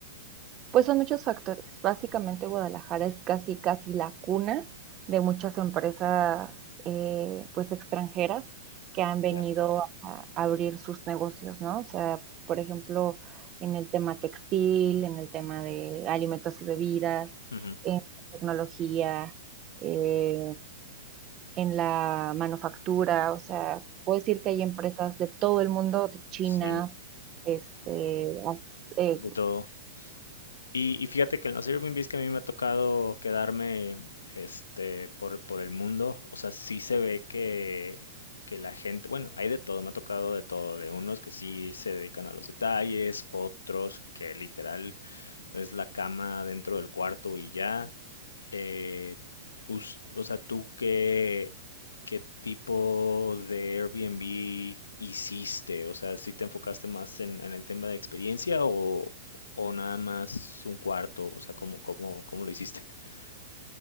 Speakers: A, on the right; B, on the left.
A: Pues son muchos factores. Básicamente Guadalajara es casi, casi la cuna de muchas empresas, eh, pues extranjeras que han venido
B: Ya.
A: a abrir sus negocios, ¿no? O sea, por ejemplo, en el tema textil, en el tema de alimentos y bebidas,
B: Ujú.
A: en tecnología, eh en la manufactura, o sea, puedo decir que hay empresas de todo el mundo, de chinas,
B: Sí.
A: este, as- eh,
B: de todo. Y, y fíjate que en los Airbnbs que a mí me ha tocado quedarme este, por, por el mundo, o sea, sí se ve que, que la gente, bueno, hay de todo, me ha tocado de todo, de unos que sí se dedican a los detalles, otros que literal es la cama dentro del cuarto y ya, eh, us- o sea, ¿tú qué, qué tipo de Airbnb hiciste? O sea, si te enfocaste más en, en el tema de experiencia o, o nada más un cuarto? O sea, ¿cómo, cómo, cómo lo hiciste? <laughs>